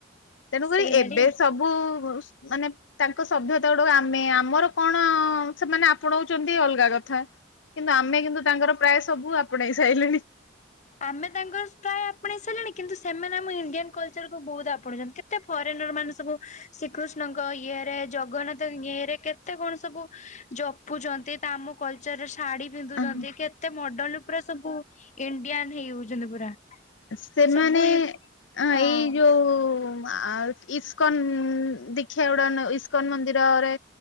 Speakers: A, on the left; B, on the left.
A: ତେଣୁକରି
B: ସେଇଭଳି
A: ଏବେ ସବୁ ମାନେ ତାଙ୍କ ସଭ୍ୟତା ଗୁଡ ଆମେ ଆମର କଣ ସେମାନେ ଆପଣଉଛନ୍ତି ଅଲଗା କଥା। କିନ୍ତୁ ଆମେ କିନ୍ତୁ ତାଙ୍କର ପ୍ରାୟ ସବୁ ଆପଣେଇ ସାଇଲେଣି।
B: ଆମେ ତାଙ୍କର ପ୍ରାୟ ଆପଣେଇ ସାରିଲେଣି, କିନ୍ତୁ ସେମାନେ ଆମ ଇଣ୍ଡିଆନ୍ କଲ୍ଚର କୁ ବୋହୁତ୍ ଆପଣେଉଛନ୍ତି। କେ ଏତେ ଫରେ ନିଅର୍ ମାନେ ସବୁ ଶ୍ରୀକୃଷ୍ଣଙ୍କ ଇଏ ସେ ଜଗନ୍ନାଥ ଇଏରେ କେତେ କଣ ସବୁ ଜପୁଛନ୍ତି। ତ ଆମ କଲ୍ଚର ରେ ଶାଢୀ ପିନ୍ଧୁଛନ୍ତି
A: ହଁ
B: କେତେ ମଡେଲ୍ ଉପରେ ସବୁ, ଇଣ୍ଡିଆନ୍ ହେଇଯାଉଛନ୍ତି ପୁରା।
A: ସେମାନେ
B: ସବୁ ଇ
A: ଏଇ
B: ହଁ
A: ଯୋଉ ଆଉ ଇସ୍କନ୍ ଦିଖିଆ ଗୁଡା ଇସ୍କନ୍ ମନ୍ଦିରରେ